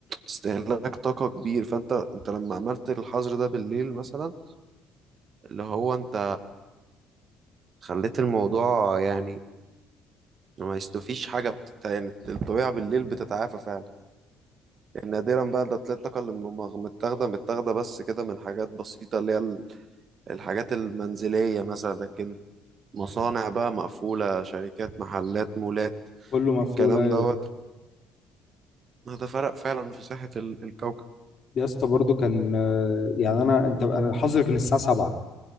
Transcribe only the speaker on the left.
كله مقفول
ايوه
يا اسطى برضو كان آه، يعني انا انت انا الحظر كان الساعه 7